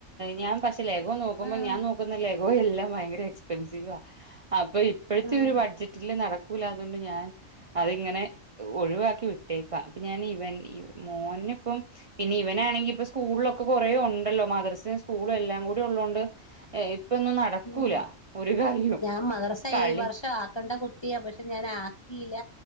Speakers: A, on the right; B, on the left.
A: ഞാ പക്ഷ ലഘം നോക്കുമ്പോൾ
B: ഉം
A: ഞാൻ നോക്കുന്നില്ലേ ലഗോ എല്ലാം ഭയങ്കര എക്സ്പീൻസിവ അപ്പൊ ഇപ്പോഴത്തെ
B: ഉം
A: ഒരു ബഡ്ജട്ടിൽ നട ക്കൂല്ലാത്തത്കൊണ്ട് ഞാൻ അതിങ്ങനെ ഒഴിവാക്കി വിട്ടേക്ക അപ്പൊ ഞാൻ ഇവൻ മോൻ പിന്ന ഇപ്പം പിന്നെ ഇവനാണെങ്കി ഇപ്പ സ്കൂളിലൊക്കെ കുറേ ഉണ്ടല്ലോ മദ്രസയും സ്കൂളും എല്ലാം കൂടി ഉള്ളതൊണ്ട് ഇപ്പൊന്നും നടക്കൂല
B: ഉം
A: ഒരു കാര്യവും.
B: ഞാൻ മദർസ
A: കളി
B: ഈ വർഷം ആക്കണ്ട കുട്ടിയാ പക്ഷെ ഞാൻ ആക്കിയില്ല